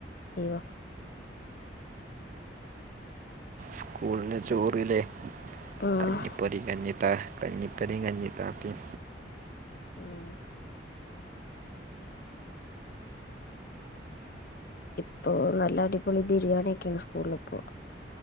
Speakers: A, on the left (about 55°); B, on the right (about 45°).
A: അയ്വാ
B: സ്കൂൾലെ ചോറ്ല്ലെ
A: ആഹ്
B: കഞ്ഞിപ്പൊരേം കഞ്ഞിത്താ കഞ്ഞിപ്പെരേം കഞ്ഞി താത്തേം
A: ആഹ് ഇപ്പൊ നല്ല അടിപൊളി ബിരിയാണിയെക്ക്യാണ് സ്കൂളില്പ്പോ